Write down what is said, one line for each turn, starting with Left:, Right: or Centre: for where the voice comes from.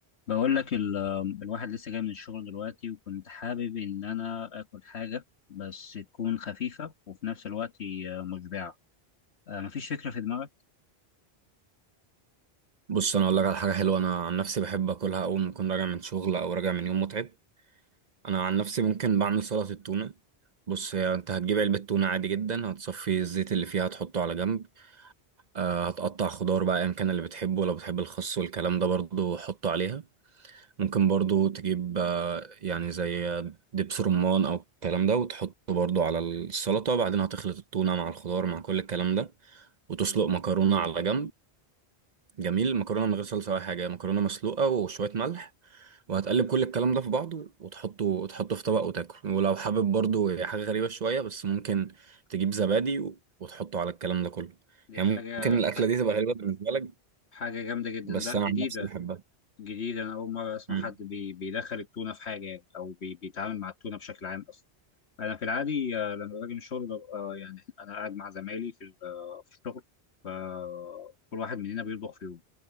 Left: بقول لك ال- الواحد لسه جاي من الشغل دلوقتي وكنت حابب إن أنا آكل حاجة بس تكون خفيفة وفي نفس الوقت مشبعة آه، مفيش فكرة في دماغك؟
Right: بص انا اقول لك على حاجه حلوه انا عن نفسي بحب اكلها اول ما اكون راجع من شغل او راجع من يوم متعب انا عن نفسي ممكن بعمل سلطه التونه بص هي انت هتجيب علبه تونه عادي جدا هتصفي الزيت اللي فيها هتحطه على جنب آه هتقطع خضار بقى ايا كان اللي بتحبه لو بتحب الخس والكلام ده برضو حطه عليها ممكن برضو تجيب آه يعني زي دبس رمان او الكلام ده وتحطه برضو على السلطه بعدين هتخلط التونه مع الخضار مع كل الكلام ده وتسلق مكرونه على جنب جميل المكرونه من غير صلصه ولا حاجه مكرونه مسلوقه وشويه ملح وهتقلب كل الكلام ده في بعضه وتحطه وتحطه في طبق وتاكل ولو حابب برضو حاجه غريبه شويه بس ممكن تجيب زبادي و- وتحطه على الكلام ده كله
Left: دي
Right: يعني
Left: حاجة
Right: ممكن الاكله
Left: ح-
Right: دي تبقى غريبه بالنسبه لك
Left: حاجة جامدة جدا
Right: بس
Left: لا
Right: انا
Left: جديدة
Right: عن نفسي بحبها
Left: جديدة أنا أول مرة أسمع
Right: مم.
Left: حد بي بيدخل التونة في حاجة يعني أو بي بيتعامل مع التونة بشكل عام أصلا أنا في العادي آه، لما باجي من الشغل ببقى يعني أنا قاعد مع زمايلي في ال- آه، في الشغل فكل واحد مننا بيطبخ في يوم